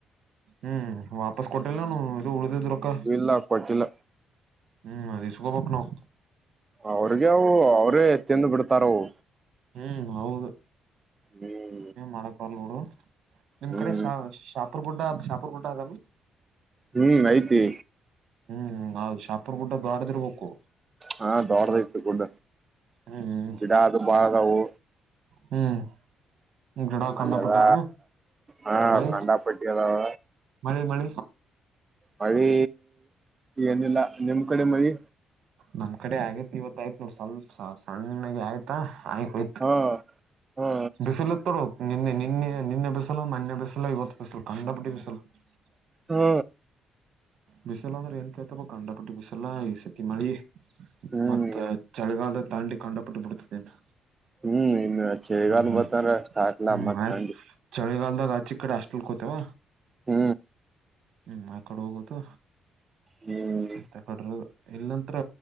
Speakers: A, on the right; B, on the right.
A: ಹ್ಮ್ ವಾಪಸ್ ಕೊಟ್ಟಿಲ್ಲ ನಾನು ಇದು ಉಳ್ದಿದ್ ರೊಕ್ಕ
B: ಇಲ್ಲ ಕೊಟ್ಟಿಲ್ಲ
A: ಹ್ಮ್ ಅದೆಸ್ಕೋಂಬೇಕು ನಾವು
B: ಅವ್ರಿಗೆ ಅವು ಅವ್ರೇ ಎತ್ತಿಂದು ಬಿಡ್ತಾರವು
A: ಹ್ಮ್ ಹೌದು
B: ಹ್ಮ್
A: ಏನ್ ಮಾಡಕ್ ಬರ್ಲ್ ನುಡು <unintelligible> ನಿಮ್
B: ಹ್ಮ್
A: ಕಡೆ ಶಾ ಶಾಪೂರ್ ಗುಡ್ಡ ಶಾಪೂರ್ ಗುಡ್ಡ ಅದನ
B: ಹ್ಮ್ ಐತಿ
A: ಹ್ಮ್ ಅದು ಶಾಪುರ್ ಗುಡ್ಡ ದಾಡದಿರ್ಬೇಕು
B: ಹಾ ದೊಡದ ಐತಿ ಗುಡ್ಡ
A: ಹ್ಮ್
B: ಗಿಡ ಅದು ಬಾಳ ಅದವು
A: ಹ್ಮ್ ಜಡಾ ಕಂಡಪುಟ್ಟ್ಣ
B: ಅಲ್ಲೆಲ್ಲ ಹಾ
A: ಬೈ
B: ಕಂಡಾಪಟ್ಟಿ ಅದಾವ
A: ಮಳ್ಳಿ ಮಳ್ಳಿ
B: ಮಳಿ ಏನಿಲ್ಲ ನಿಮ್ ಕಡೆ ಮಳಿ
A: ನಮ್ ಕಡೆ ಆಗೇತ ಇವತ್ ಆಯ್ತ ನೋಡ ಸ್ವಲ್ಪ ಸ ಸಣ್ಣಗೆ ಆಯ್ತಾ ಆಗಿ ಹೋಯ್ತು
B: ಹಾ ಹಾ
A: ಬಿಸಿಲು ಉತರ ನಿನ್ನೆ ನಿನ್ನೆ ನಿನ್ನೆ ಬಿಸಲ್ಲ ಮನ್ನೆ ಬಸೆ ಇವತ್ತು ಬಿಸಲ್ಲ ಕಂಡಪುಟ್ಟಿ ಬಿಸಲ್ಲ <unintelligible>
B: ಹಾ
A: ಬಿಸಿಲು ಅಂದ್ರೆ ಏನ್ ಕೇಳ್ತಪ್ಪ ಕಂಡಪಟ್ಟಿ ಬಿಸಲ್ಲಾ ಈ ಸತಿ ಮಳಿ
B: ಹ್ಮ್
A: ಮತ್ತ ಚಳಿಗಾಲದ ತಾಂಡಿ ಕಂಡಪಟ್ಟು ಬಿಡ್ತದೆನ್ನು
B: ಹ್ಮ್ ಇನ್ನು ಚಳಿಗಾಲ
A: ಹ್ಮ್
B: ಬತ್ತಂದ್ರ ಸ್ಟಾರ್ಟ್ಲ
A: ಹ್ಮ್
B: ಮತ್
A: ಹ್ಮ್ ಆಯ್ತ್
B: ತಂಡಿ
A: ಚಳಿಗಾಲದಾಗ ಆ ಚಿ ಕಡೆ ಅಷ್ಟಲ್ಕೋತೇವ
B: ಹ್ಮ್
A: ಹ್ಮ್ ಆ ಕಡೆ ಹೋಗುದು
B: ಹ್ಮ್
A: ಆತ್ ಆ ಕಡರು <unintelligible> ಇಲ್ಲಂತ್ರ